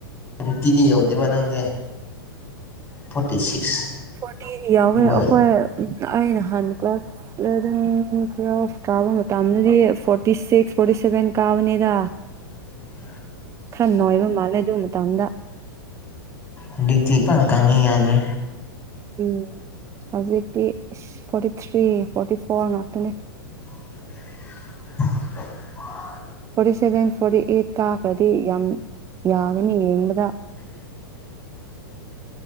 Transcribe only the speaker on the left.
ꯐꯤꯇꯗꯤꯎꯗꯕ ꯅꯪꯖꯦ ꯐꯣꯔꯇꯤ ꯁꯤꯛꯁ
ꯒꯨꯝꯕ
ꯎ
ꯑꯗꯨ ꯇꯦ ꯄ ꯀꯪꯉꯤ ꯌꯥꯗꯦ
<unintelligible>